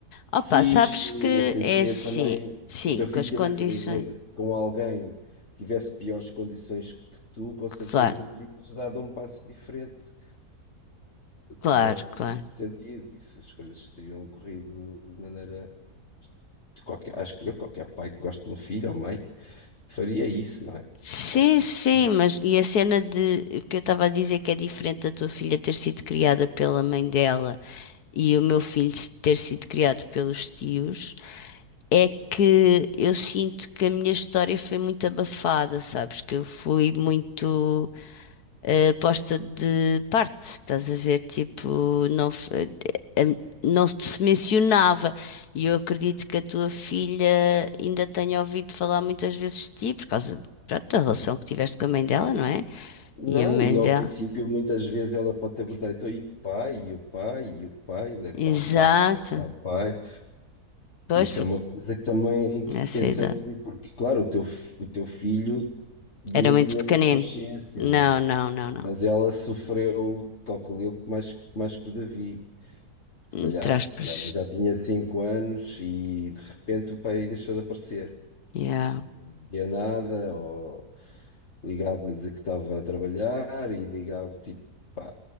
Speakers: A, on the left; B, on the left.
A: Opa,
B: fixe,
A: sabes que
B: não sei
A: é
B: o quê,
A: assim,
B: também,
A: sim,
B: se o teu
A: com
B: filho
A: as
B: estivesse
A: condições.
B: a viver com alguém, que tivesse piores condições que tu, com certeza
A: Claro,
B: terias dado um passo diferente
A: claro,
B: né,
A: claro.
B: nesse sentido, e se as coisas teriam corrido de maneira. de qualquer- acho que eu, qualquer pai que gosta de um filho ou mãe, faria isso, não é?
A: Sim,
B: Acho
A: sim,
B: que sim.
A: mas e a cena de que eu estava a dizer que é diferente da tua filha ter sido criada pela mãe dela e o meu filho ter sido criado pelos tios, é que eu sinto que a minha história foi muito abafada, sabes? Que eu fui muito eh, posta de parte, estás a ver? Tipo, não, f- eh, eh, não se se mencionava. E eu acredito que a tua filha ainda tenha ouvido falar muitas vezes de ti, por causa pronto, da relação que tiveste com a mãe dela, não é?
B: Não,
A: E a mãe
B: e ao
A: dela.
B: princípio muitas vezes ela pode ter perguntado, então, e o pai, e o pai, e o pai, onde é que
A: Exato.
B: está o pai, onde é que está o pai?
A: Pois,
B: Isso
A: porque
B: é uma coisa que também que
A: nessa
B: pensando,
A: idade
B: porque claro, o teu, f- o teu filho de-
A: era
B: não
A: muito
B: tinha
A: pequenino.
B: essa consciência,
A: Não,
B: né?
A: não, não, não.
B: Mas ela sofreu, calculo eu, mais, mais que o Davi. se
A: Entre
B: calhar,
A: aspas.
B: que ela já tinha 5 anos e de repente o pai deixou de aparecer.
A: Yeah.
B: Não dizia nada, ou ligava para dizer que estava a trabalhar e ligava, tipo, pá,